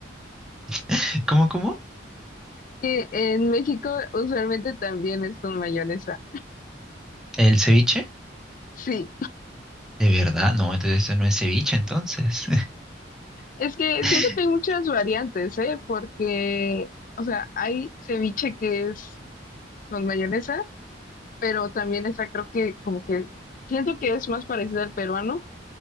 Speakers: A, in the centre; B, on the left (about 45°).
A: <laughs> ¿Cómo, cómo?
B: Que en México usualmente también es con mayonesa.
A: ¿El ceviche?
B: Sí,
A: ¿De verdad? No, entonces eso no es ceviche, entonces.
B: es que
A: <laughs>
B: siento que hay muchas variantes, ¿eh? Porque, o sea, hay ceviche que es con mayonesa, pero también está, creo que como que siento que es más parecido al peruano